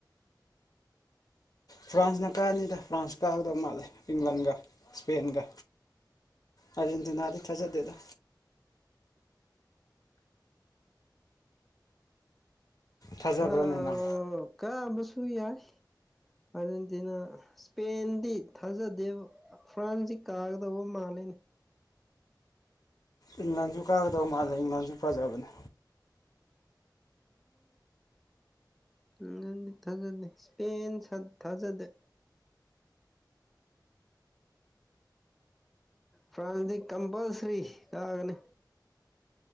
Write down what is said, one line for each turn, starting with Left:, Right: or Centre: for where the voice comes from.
Left: ꯐ꯭ꯔꯥꯟꯁꯅ ꯀꯛꯑꯅꯤꯗ ꯐ꯭ꯔꯥꯟꯁ ꯀꯥꯒꯗꯧ ꯃꯥꯜꯂꯦ ꯏꯪꯂꯟꯒ ꯏꯁꯄꯦꯟꯒ ꯑꯥꯖꯦꯟꯗꯤꯤꯅꯥꯗꯤ ꯊꯖꯠꯇꯗ ꯐꯖꯕ꯭ꯔꯅꯦ
Centre: ꯀꯥꯎ
Left: ꯅꯪ
Centre: ꯀꯝꯕꯁꯨ ꯌꯥꯔ ꯑꯥꯔꯖꯦꯟꯇꯤꯅꯥ ꯏꯁꯄꯦꯟꯗꯤ ꯊꯥꯖꯗꯦꯕ ꯐ꯭ꯔꯥꯟꯁꯁꯤ ꯀꯥꯒꯗꯧꯕ ꯃꯥꯜꯂꯦꯅꯦ
Left: ꯏ ꯂꯥꯟꯁꯨ ꯀꯥꯒꯗꯧꯕ ꯃꯥꯜꯂꯦ ꯏꯪꯂ ꯂꯥꯟꯁꯨ ꯐꯖꯕꯅꯦ
Centre: ꯎꯝ ꯗꯤ ꯊꯥꯖꯗꯦ ꯏꯁꯄꯦꯟ ꯊꯥꯖꯗꯦ ꯐ꯭ꯔꯥꯟꯁ ꯀꯝꯄꯜꯁꯔꯤ ꯀꯥꯒꯅꯤ